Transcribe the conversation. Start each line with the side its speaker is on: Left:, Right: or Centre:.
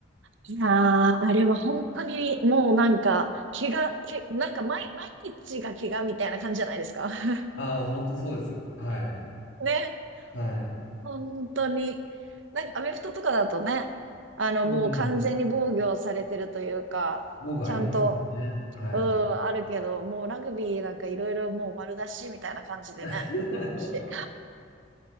Right: いやー、あれは本当にもうなんか、怪我、け、なんか毎、毎日が怪我みたいな感じじゃないですか。<laughs>
Left: ああ、本当そうです。はい。
Right: ね、
Left: はい。
Right: 本当に。なんかアメフトとかだとね、あの、
Left: うん
Right: もう完全に防御されてるというか、
Left: 防具ありますもんね。
Right: ちゃんと、
Left: はい。
Right: うん、あるけど、もうラグビーなんかいろいろもう丸出しみたいな感じでね。
Left: <laughs>
Right: 惜し